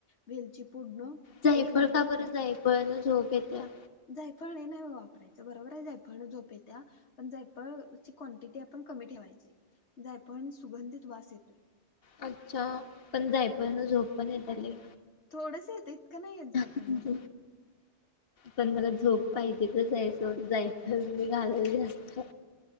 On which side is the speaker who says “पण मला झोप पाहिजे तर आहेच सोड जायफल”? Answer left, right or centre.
Left